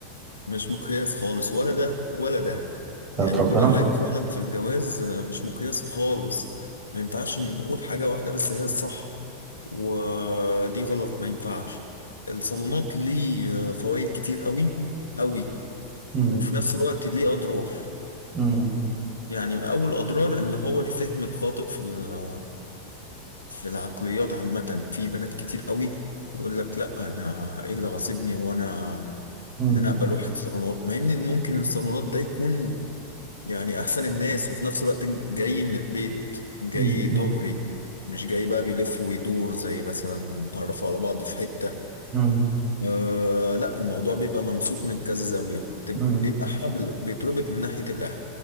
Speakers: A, on the left; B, on the right.
A: مش مقياس خالص ولا ده ولا ده
B: بتاعت
A: يعني
B: ربنا
A: كل حاجة فعلا في الجواز آه، مش مقياس خالص ما ينفعش نقول حاجة واحدة بس هي الصح ودي غلط ما ينفعش الصالونات ليه فوائد كتير قوي قوي
B: مم.
A: وفي نفس الوقت ليه أضرار
B: مم.
A: يعني أول أضرار اللي هو الفهم الخاطئ في ال- في العقليات عامة في بنات كتير قوي تقول لك لا أنا إيه اللي غاصبني وأنا
B: مم.
A: إن أنا أقبل واحد صالونات مع إن ممكن الصالونات ده يكون يعني احسن الناس وفي نفس الوقت جاي من البيت جاي
B: مم. مم.
A: ظهري مش جاي بقى بيلف ويدور زي مثلا تعرفوا على بعض في حتة
B: مم.
A: آه لا الموضوع بيبقى ممسوك من كذا زاوية تب-
B: مم.
A: بيبقى حبل بيتربط من ناحية الاهل